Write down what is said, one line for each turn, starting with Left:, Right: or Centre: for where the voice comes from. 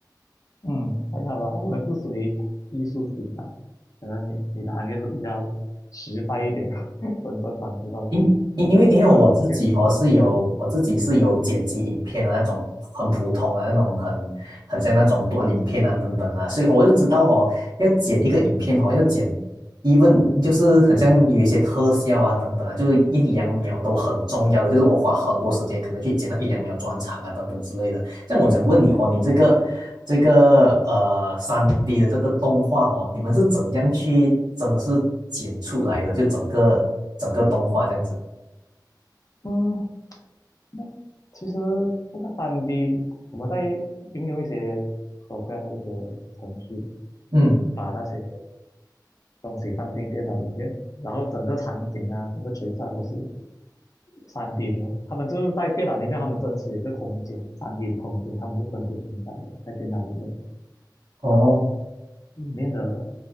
Left: 嗯，还好吧，我们是属于艺术型的，可能你你的行业是比较实在一点的，<laughs> 真正帮助到
Right: 因因因为因为我自己哦是有我自己是有剪辑影片啊那种很普通的那种很很像那种短影片啊等等啦、
Left: 呃建筑。
Right: 所以我就知道哦要剪一个影片哦要剪，even 就是很像有一些特效啊等等啊，就是一两秒都很重要的，就是我花很多时间可能去剪那一两秒转场啊等等之类的。像我想问你哦，
Left: 嗯
Right: 你这个这个呃三 d 的这个动画哦，你们是怎样去真的是剪出来的？就整个整个动画这样子。
Left: 嗯，那其实这个三 d 我们在应用一些 program 的一些程序，
Right: 嗯，
Left: 把那些东西放进电脑里面，然后整个场景啊，整个角色都是三 d 的。他们就是在电脑里面，他们真实有一个空间三 d 的空间，他们是真实存在的，在电脑里面。
Right: 哦，
Left: 然后里面的